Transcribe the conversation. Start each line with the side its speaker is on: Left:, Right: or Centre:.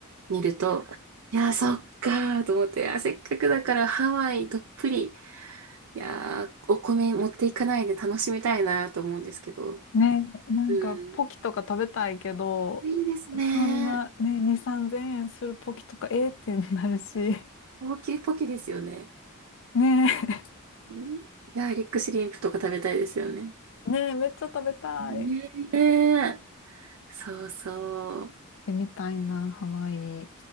Right: 見ると、いや、そっかーと思って、あ、せっかくだからハワイどっぷりいやー、お米持っていかないで楽しみたいなと思うんですけど。
Left: ね、なんかポキとか食べたいけど、
Right: うん。いいですね。
Left: そんなね、2、3000円するポキとか、ええってなるし、
Right: 高級ポキですよね。
Left: <laughs> ね
Right: うんガーリックシュリンプとか食べたいですよね。
Left: え、<laughs> ねえ、めっちゃ食べたい。
Right: ねえ。そうそ
Left: で、みたいな、ハワイ。